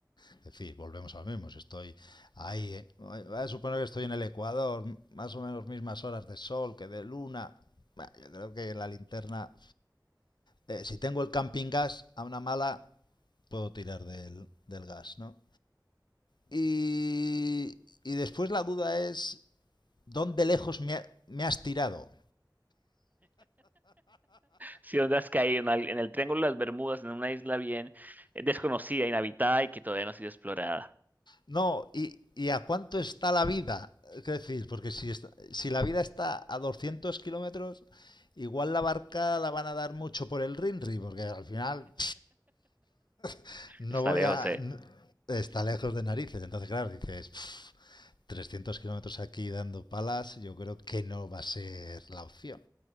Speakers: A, on the left (about 80°); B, on the right (about 25°).
A: es decir, volvemos a lo mismo. Si estoy ahí, eh, voy a suponer que estoy en el Ecuador, más o menos mismas horas de sol que de luna. Bah, Yo creo que la linterna, eh, si tengo el camping gas a una mala, puedo tirar del, del gas, ¿no? Y, y después la duda es, ¿dónde lejos me, ha- me has tirado?
B: Si donde has caído en, al- en el Triángulo de las Bermudas, en una isla bien eh, desconocida, inhabitada y que todavía no ha sido explorada.
A: No, y, y a cuánto está la vida? ¿Qué decir? Porque si, está- si la vida está a 200 kilómetros, igual la barca la van a dar mucho por el Rinri, porque al final <sniffs> no
B: Está
A: voy
B: lejos,
A: a...
B: ¿eh?
A: n- Está lejos de narices, entonces claro, dices, "Pf, 300 kilómetros aquí dando palas, yo creo que no va a ser la opción,